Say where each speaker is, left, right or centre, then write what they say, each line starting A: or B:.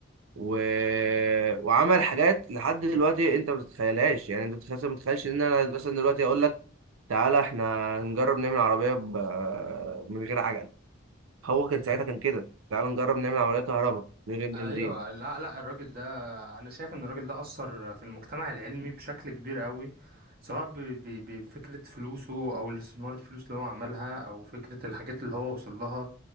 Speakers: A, on the right; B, on the right.
A: و... وعمل حاجات لحد دلوقتي انت ما تتخيلهاش يعني انت بتخيل ما تتخيلش ان انا مثلا دلوقتي اقول لك تعالى احنا نجرب نعمل عربيه ب... من غير عجل هو كان ساعتها كان كده تعالى نجرب نعمل عربيه كهرباء من غير بنزين
B: ايوه لا لا الراجل ده انا شايف ان الراجل ده اثر في المجتمع العلمي بشكل كبير قوي سواء ب- ب- بفكره فلوسه او الاستثمار الفلوس اللي هو عملها او فكره الحاجات اللي هو وصل لها